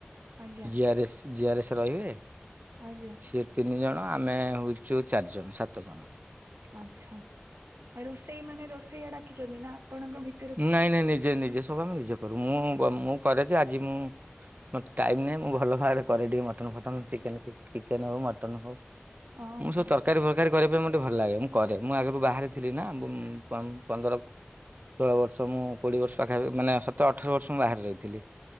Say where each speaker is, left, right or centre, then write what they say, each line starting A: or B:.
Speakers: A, on the right; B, on the right.
A: ଆଜ୍ଞା
B: ଜି ଆର୍ଏସ୍ ଜି ଆର୍ଏସ୍ ରହିବେ।
A: ଆଜ୍ଞା।
B: ଇଏ ତିନି ଜଣ ଆମେ ହେଉଛୁ ଚାରିଜଣ ସାତ ଜଣ।
A: ଆଛା ଆ ରୋଷେଇ ମାନେ ରୋଷେଇଆ ଡାକିଚନ୍ତି ନା ଆପଣଙ୍କ ଭିତ-
B: ନାଇଁ ନାଇଁ ନିଜେ ନିଜେ ସବୁ ଆମେ ନିଜେ କରୁ ମୁଁ ମୁଁ କରେ ଯେ ଆଜି ମୁଁ- ମତ୍ ଟାଇମ୍ ନାହିଁ ମୁଁ ଭଲ ଭାବରେ କରେ ଟିକେ ମଟନ୍ ଫଟନ ଚିକେନ ଟିକେ ଚିକେନ ହଉ ମଟନ୍ ହଉ।
A: ଓହୋ
B: ମୁଁ ସ ତରକାରୀ ଭ କାରୀ କରିବା ପାଇଁ ମୋତେ ଭଲ ଲାଗେ। ମୁଁ କରେ ମୁଁ ଆଗରୁ ବାହାରେ ଥିଲି ନାଁ ବୁଁ ପ ପନ୍ଦର ଷୋଳ ବର୍ଷ ମୁଁ କୋଡ଼ିଏ ବର୍ଷ ପାଖାପି ମାନେ ସତର ଅଠର ବର୍ଷ ମୁଁ ବାହାରେ ରହିଥିଲି।